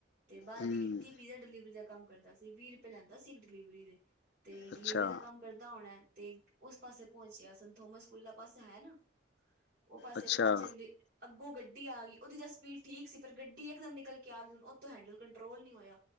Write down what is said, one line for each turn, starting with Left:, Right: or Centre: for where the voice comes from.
Right: ਤੇ ਬਾਰਵੀਂ
Left: ਹੂੰ
Right: ਕੀਤੀ ਪੀਜ਼ਾ ਡਿਲੀਵਰੀ ਦਾ ਕੰਮ ਕਰਦਾ ਸੀ, ਵੀਹ ਰੁਪਏ ਲੈਂਦਾ ਸੀ ਇੱਕ ਡਿਲੀਵਰੀ ਦੇ। ਤੇ
Left: ਅੱਛਾ
Right: ਡਿਲੀਵਰੀ ਦਾ ਕੰਮ ਕਰਦਾ ਹੋਣਾ ਤੇ ਓਸ ਪਾਸੇ ਪਹੁੰਚਿਆ ਸੰਤ ਥੋਮਸ ਸਕੂਲ ਦਾ ਪਾਸਾ ਹੈ ਨਾ। ਓ ਪਾਸੇ
Left: ਅੱਛਾ
Right: ਪਹੁੰਚਨ ਲੀ ਅੱਗੋਂ ਗੱਡੀ ਆ ਗੀ, ਓਦੀ ਤਾ ਸਪੀਡ ਠੀਕ ਸੀ ਪਰ ਗੱਡੀ ਇਕਦਮ ਨਿਕਲ ਕੇ ਆ ਗੀ, ਹੁਣ ਓ ਤੋਂ ਹੈਂਡਲ ਕੰਟਰੋਲ ਨੀ ਹੋਇਆ।